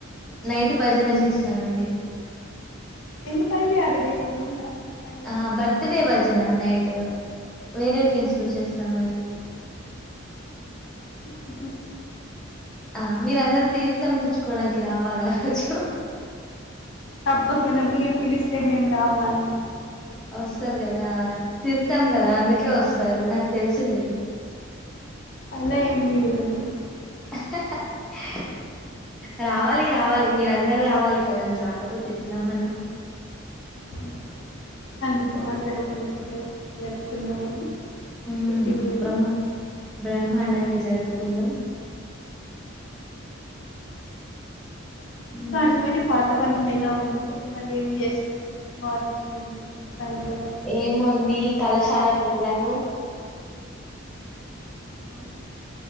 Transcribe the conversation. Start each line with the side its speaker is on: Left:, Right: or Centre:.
Centre: నైట్ భజన చేస్తామండి
Left: ఎందుకండి ఆ రోజు ఏమన్న ఉంద పన్
Centre: ఆ బర్త్డే భజన నైట్ వేరే ప్లేస్ లో చేస్తాం అది
Left: ఓ
Centre: ఆ మీరు అందరు తీర్థం పుచ్చుకోవడానికి రావాల ఆ రోజు
Left: తప్పకుండా మీరు పిలిస్తే మేము రామ అండి
Centre: వస్తారు కదా తీర్థం కదా అందుకే వస్తారు నాకు తెలుసులే.
Left: అలా ఏం లేదండి.
Centre: <inaudible> రావాలి రావాలి మీరు అందరు రావాలి కదా అని రాకపోతే ఎట్ల మల్ల
Left: <inaudible> కానీ ఎంత మందిర మంచిగా జరుగు జరుపుకుందామండి మీ
Centre: ఉమ్
Left: పుట్టినరోజు
Centre: బ్రహ్మ బ్రహ్మాండంగా జరుపుకుందాం.
Left: ఇంకా
Centre: ఉమ్,
Left: అండి మరి వాత్ తావరణం ఎలా ఉంది? ఇవాళ ఏం చేసారు మార్నింగ్ నుండి సాయంత్రం వర
Centre: ఏముంది కళాశాలకు వెళ్ళాను
Left: ఆ